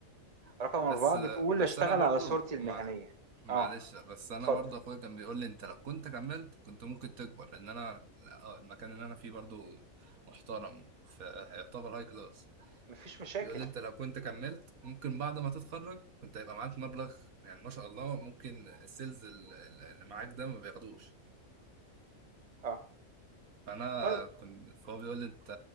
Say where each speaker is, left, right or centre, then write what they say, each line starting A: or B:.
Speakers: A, on the right; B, on the right.
A: رقم أربعة
B: بس
A: بتقول
B: بس
A: اشتغل
B: انا برضو
A: على صورتي المهنية
B: مع... معلش
A: اه
B: بس انا
A: اتفضل
B: برضو اخويا كان بيقول لي انت لو كنت كملت كنت ممكن تكبر لان انا لا، آه، المكان اللي انا فيه برضو محترم فيعتبر هاي كلاس
A: مفيش مشاكل
B: بيقول لي انت لو كنت كملت ممكن بعد ما تتخرج كنت هيبقى معاك مبلغ يعني ما شاء الله ممكن السيلز ال- ال- اللي معاك ده ما بياخدوش
A: اه
B: فانا
A: طيب
B: كنت فهو بيقول لي انت